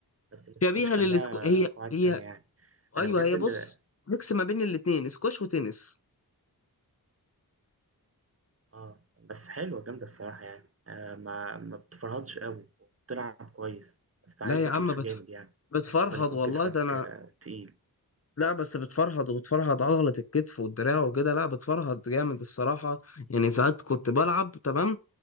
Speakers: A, on the right; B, on the left.
A: بس الاسكواش
B: شبيهه
A: كان
B: للسكو
A: لها
B: هي
A: قواعد
B: هي
A: تانية يعني انا
B: ايوه
A: بجد
B: هي
A: اللي
B: بص ميكس ما بين الاتنين سكواش وتنس
A: اه بس حلوة جامدة الصراحة يعني آه ما ما بتفرهدش قوي وبتلعب كويس بس عايزة
B: لا يا عم
A: كتف
B: بتف...
A: جامد يعني
B: بتفرهد
A: لازم يكون
B: والله
A: كتفك
B: ده انا
A: آه تقيل
B: لا بس بتفرهد وبتفرهد عضلة الكتف والدراع وكده لا بتفرهد جامد الصراحة يعني ساعات كنت بلعب تمام